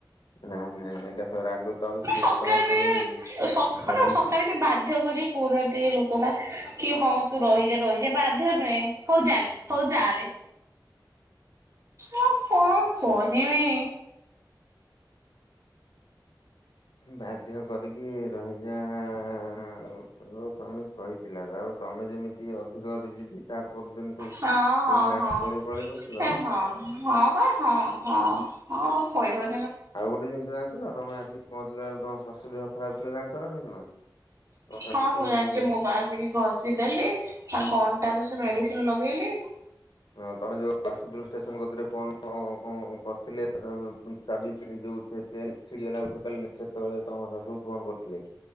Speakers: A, on the left; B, on the right.
A: ନାଁ ନାଇଁ ନାଇଁ ଦେଖ ରାଗ ତ
B: ନାଇଁ
A: ସିଏ
B: ସକାଳେ
A: ତମ ସ୍ୱାମୀ
B: ବି ତ ସ ବୋଲ
A: ରାଗି
B: ସକାଳେ ବି ବାଧ୍ୟ କରି ପୁରା ତି ଏଇ ଲୋକଟା କି ହଁ ତୁ ରହିଯା ରହିଯା ବା ଧ୍ୟ ନୁହେଁ ହଉ ଚାଲେ ହଉ ଚାଲେ। ମୁଁ କଣ କହିମି?
A: ବାଧ୍ୟ କରିକି ରହିଯା ତମର ସ୍ୱାମୀ କହିଥିଲା ତାପରେ ତମେ ଯେମିତି ଅଧିକ ଗୋଟେ ଯିଦି ତା ପରଦିନଠୁ
B: ହଁ
A: ଖାଲି
B: ହଁ
A: ନା
B: ହଁ
A: ପଳେଇ ପଳେଇ କରୁଥିଲ
B: ଏ ହଁ ହଁ ପା ହଁ। ହଁ ହଁ କଇବ
A: ଆଉ ଗୋଟେ ଜିନିଷ ଜାଣିିଚ ନା ତମେ ଆସିକି ପହଞ୍ଚିଲା ଅଳୁ ତମ ସ୍ୱାସ୍ଥ୍ୟ ଦେହ ଖରାପ ଥିଲା ଜାଣିଚ ନାଁ ନାହିଁ ତମେ? ତମ ଶାଶୁ
B: ହଁ ମୁଁ
A: ହୁଁ
B: ଜାଣିଚି ମୁଁ ପା ଆସିକି ଘଷିଦେଲି ତାଙ୍କ ଅଣ୍ଟାରୁ ସେ ମେଡିସିନ ଲ ବିଲି।
A: ହଁ ତମେ ଯୋଉ ବାସୁଦୁଲ ଷ୍ଟେସନ କତିରେ ଫୋନ କଁ କରିଥିଲେ ତମେ ଯୋଉ ତାବିଜ୍ ଛିଡ଼ି ଯୋଉ ସେ ଚେନ୍ ଛିଡ଼ିଗଲା ଉଠେଇ ପାରିଲନି ସେତୋଳେ ତମ ଶାଶୁ ଫୋନ କରିଥିଲେ।